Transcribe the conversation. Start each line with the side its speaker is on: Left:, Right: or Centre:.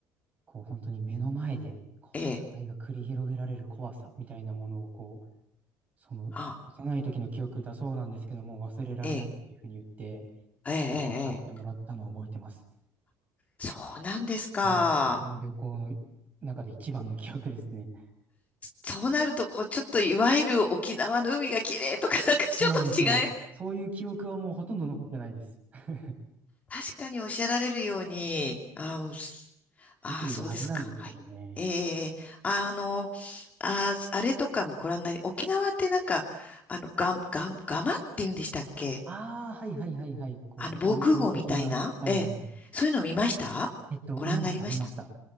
Right: こう、本当に目の前でこう戦いが繰り広げられる怖さみたいなものをこ
Left: ええ、
Right: その幼い時の記憶だそうなんですけども、
Left: あ、
Right: 忘れられないっていうふうに言って、
Left: ええ、ええ、ええ、
Right: 語ってもらったのを覚えてます。
Left: ええそうなんですか。
Right: この旅行の中で一番の記憶ですね。
Left: そうなると、こう、ちょっといわゆる沖縄の海が綺麗とか、なんかちょっと違い
Right: そうなんですよ。そういう記憶はもうほとんど残ってないです。<laughs>
Left: 確かにおっしゃられるように、あー、うんすあー、
Right: 見ているはずなんですけどね。
Left: そうですか。はい。ええあの、あー、あれとかご覧になり、沖縄ってなんか、あの、が、が、がまって言うんでしたっけ
Right: ああ、はいはいはいはい。こう、
Left: あの、防空壕みたいな、
Right: 断交的な、はいはい。
Left: ええ、そういうの見ましたご覧になりました。
Right: えっと、見ました、見ました。